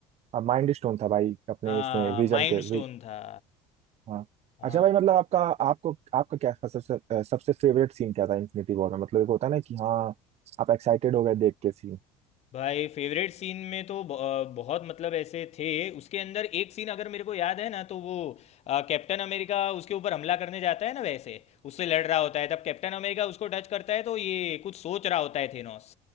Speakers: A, on the right; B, on the left.
A: अब माइंड स्टोन था भाई अपने
B: हाँ
A: इसमें विजन
B: माइंड
A: के
B: स्टोन
A: वि,
B: था
A: हाँ
B: हाँ।
A: अच्छा भाई मतलब आपका आपको आपका क्या सबसे अ, सबसे फेवरेट सीन क्या था इन्फिनिटी वॉर में मतलब एक होता है ना कि हाँ आप एक्साइटेड हो गए देख के सीन
B: भाई फेवरेट सीन में तो ब- अ, बहुत मतलब ऐसे थे उसके अंदर एक सीन अगर मेरे को याद है ना तो वो अ, कैप्टन अमेरिका उसके ऊपर हमला करने जाता है ना वैसे उससे लड़ रहा होता है तब कैप्टन अमेरिका उसको टच करता है तो ये कुछ सोच रहा होता है थेनोस